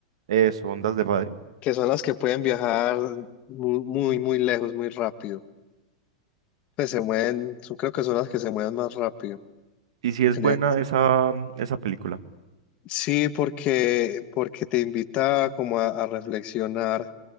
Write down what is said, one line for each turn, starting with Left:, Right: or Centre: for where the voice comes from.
Right: Eso, ondas de radio.
Left: que son las que pueden viajar mu- muy, muy, lejos, muy rápido. Pues se mueven, son- creo que son las que se mueven más rápido.
Right: ¿Y si es
Left: En
Right: buena
Left: e-
Right: esa, esa película?
Left: Sí, porque, porque te invita como a, a reflexionar.